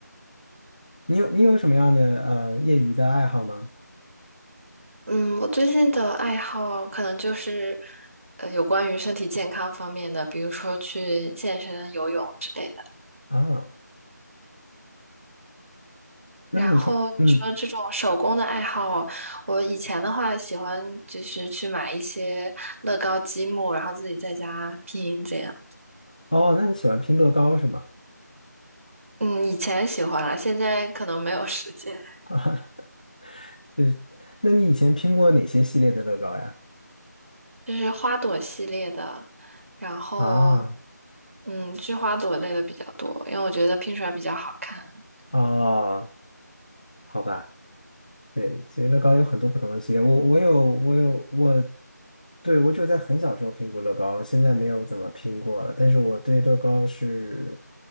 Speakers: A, on the left; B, on the right.
A: 你有你有什么样的呃业余的爱好吗？
B: 嗯，我最近的爱好可能就是，呃，有关于身体健康方面的，比如说去健身、游泳之类的。
A: 啊，那么你通嗯。
B: 然后你说这种手工的爱好，我以前的话喜欢就是去买一些乐高积木，然后自己在家拼这样。
A: 哦，那你喜欢拼乐高是吗？
B: 嗯，以前喜欢了，现在可能没有时间。
A: <laughs> 啊，就是，那你以前拼过哪些系列的乐高呀？
B: 就是花朵系列的，然后
A: 啊，
B: 嗯，是花朵类的比较多，因为我觉得拼出来比较好看。
A: 哦，好吧，对，其实乐高有很多不同的系列，我我有我有我，对，我只有在很小时候拼过乐高，现在没有怎么拼过了。但是我对乐高是，